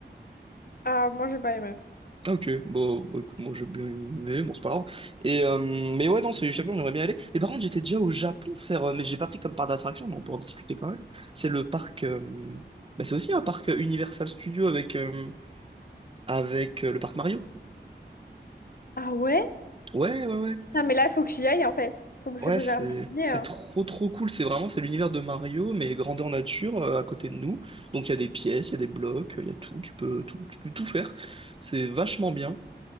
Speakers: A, on the left; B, on the right.
A: Ah, moi, j'ai pas aimé.
B: Ah, ok, bah, bah, écoute, moi j'ai bien aimé, bon, c'est pas grave. Et, euh, mais ouais, non, c'est du Japon, j'aimerais bien y aller. Mais par contre, j'étais déjà au Japon faire, euh, mais j'ai pas pris comme parc d'attraction, mais on peut en discuter quand même. C'est le parc, euh, bah, c'est aussi un parc euh, Universal Studio avec, euh, avec euh, le parc Mario.
A: Ah ouais?
B: Ouais, ouais, ouais,
A: Non, mais là, il faut que j'y aille, en fait. Faut que
B: Ouais,
A: je réserve
B: c'est
A: mes billets,
B: c'est
A: hein.
B: trop trop cool. C'est vraiment c'est l'univers de Mario, mais grandeur nature euh, à côté de nous. Donc il y a des pièces, il y a des blocs, euh, il y a tout. Tu peux tout, tu peux tout faire. C'est vachement bien.